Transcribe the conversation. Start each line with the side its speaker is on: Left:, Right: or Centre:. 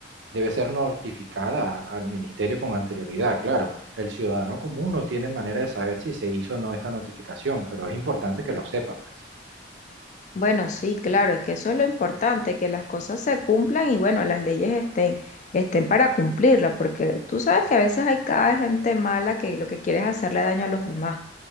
Right: debe ser notificada al ministerio con anterioridad. Claro, el ciudadano común no tiene manera de saber si se hizo o no esta notificación, pero es importante que lo sepa, pues.
Left: Bueno, sí, claro, es que eso es lo importante, que las cosas se cumplan y bueno, las leyes estén, estén para cumplirlas, porque tú sabes que a veces hay cada gente mala que lo que quiere es hacerle daño a los demás.